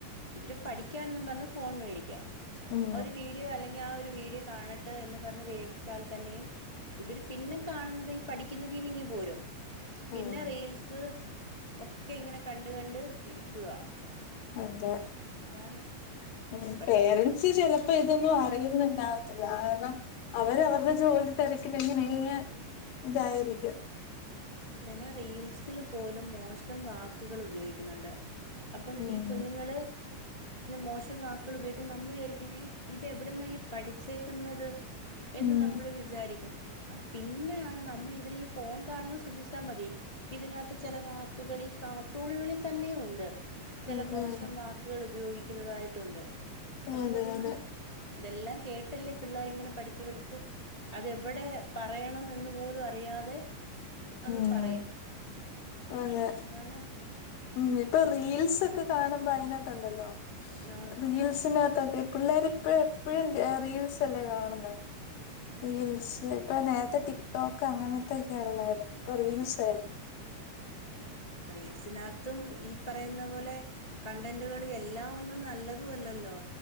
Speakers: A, on the left (about 55°); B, on the left (about 85°).
A: ഇവര് പഠിക്കാൻന്നും പറഞ് ഫോൺ മേടിക്കാ
B: ഉം
A: അവര് വീ ല്ലെങ്കി ആഹ് ഒരു വീഡിയോ കാണട്ടെ എന്ന് പറഞ്ഞ് മേടിച്ചാൽ തന്നെയും ഇവര് പിന്നും കാണുന്നത് പഠിക്കുന്ന തീന്ന് ഇങ്ങ് പോരും
B: ഉം
A: പിന്നെ റീൽസ് ഒക്കെ ഇങ്ങനെ കണ്ട് കണ്ട് ഇരിക്കുവാ.
B: അതെ
A: അതാണ്
B: ഹും
A: പക്ഷെ
B: പേര് ചി ചിലപ്പോ ഇതൊന്നും അറിയുന്നുണ്ടാവത്തില്ല കാരണം അവര് അവരുടെ ജോലി തരക്കില് ങ്ങനെ ഇതായിരിക്കും
A: ചല റീൽസില് പോലും മോശം വാക്കുകൾ ഉപയോഗിക്കുന്നുണ്ട് അപ്പം
B: ഉം
A: ഈ കുഞ്ഞുങ്ങള് മോശം വാക്കുകൾ ഉപയോഗിക്കുന്ന നമ്മൾ വിചാരിക്കും ഏ ഇത് എവിടുന്നാ ഈ പഠിച്ചേക്കുന്നത് എന്ന്
B: ഉം
A: നമ്മള് വിചാരിക്കും പിന്നെയാണ് നമ്മൾ ഇവര് ഈ ഫോൺ കാണുന്ന ശ്രദ്ധിച്ചാൽ മതി ഇതിനകത്ത് ചല വാക്കുകൾ ഈ കാർട്ടൂണുകളിൽ തന്നെ ഉണ്ട് ചല
B: ഉം
A: മോശം
B: ഉം
A: വാക്കുകൾ ഉപയോഗിക്കുന്നതായിട്ടുണ്ട് പക്ഷെ
B: അതെ
A: ഇതൊന്നും
B: അതെ
A: ഇതെല്ലാം കേട്ടല്ലേ പിള്ളേരിങ്ങനെ പഠിച്ച് പഠിച്ച് അതവിടെയാ പറയണം എന്ന് പോലും അറിയാതെ അങ്ങ്
B: മ്മ്
A: പറയും
B: അതെ
A: അതാണ്
B: മ്മ് ഇപ്പൊ റീൽസ് ക്കെ കാണുമ്പോ അയിനാത്തുണ്ടല്ലോ
A: ആഹ്
B: റീൽസിനകത്തൊക്കെ പിള്ളേർ പ്പോ എപ്പഴും റീൽസ് അല്ലേ കാണുന്നേ റീൽസ് ഇപ്പ നേരത്തെ ടിക്ടോക്ക് അങ്ങനത്തെക്കെ ഉള്ളായിരുന്നു ഇപ്പൊ റീൽസ് ആയിരുന്നു
A: റീൽസിനകത്തും ഈ പ പറയുന്ന പോലെ കണ്ടന്റുകൾ എല്ലാം ഒന്നും നല്ലതും അല്ലല്ലോ?